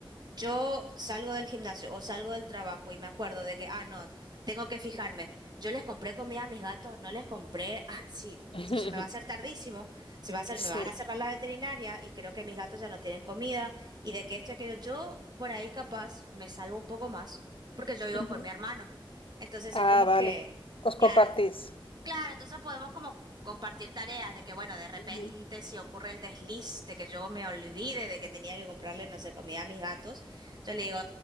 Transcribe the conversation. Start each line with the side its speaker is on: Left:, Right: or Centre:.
Right: Yo salgo del gimnasio o salgo del trabajo y me acuerdo de que, ah, no, tengo que fijarme. Yo les compré comida a mis gatos, no les compré, ah, sí,
Left: <laughs>
Right: se me va a hacer tardísimo, se me va a hacer,
Left: Sí.
Right: me van a cerrar la veterinaria y creo que mis gatos ya no tienen comida y de que esto y aquello. Yo por ahí capaz me salvo un poco más porque yo vivo
Left: Ujú,
Right: con mi hermano. Entonces es
Left: Ah,
Right: como
Left: vale.
Right: que,
Left: Os
Right: claro,
Left: compartís.
Right: Claro, entonces podemos como compartir tareas de que, bueno, de repente
Left: ujú.
Right: si ocurre el desliz de que yo me olvide de que tenía que comprarle, no sé, comida a mis gatos, yo le digo,